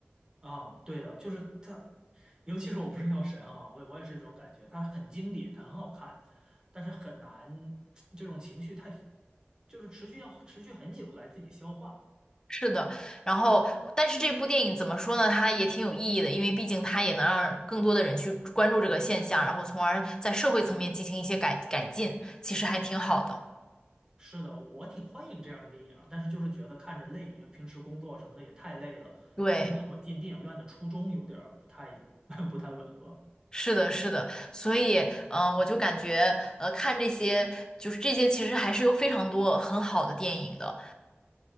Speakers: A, on the right; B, on the left.
A: 啊，对的，就是它，尤其是我不是药神哈，我我也是这种感觉，它很经典，它很好看，但是很难，这种情绪太，就是持续要持续很久来自己消化。
B: 是的，然后但是这部电影怎么说呢？它也挺有意义的，因为毕竟它也能让更多的人去关注这个现象，然后从而在社会层面进行一些改改进，其实还挺好的。
A: 是的，我挺欢迎这样的电影，但是就是觉得看着累，因为平时工作什么的也太累了。
B: 对，
A: 其实跟我进电影院的初衷有点儿不太 <laughs> 不太吻合
B: 是的，是的，所以，嗯、我就感觉，呃，看这些，就是这些，其实还是有非常多很好的电影的。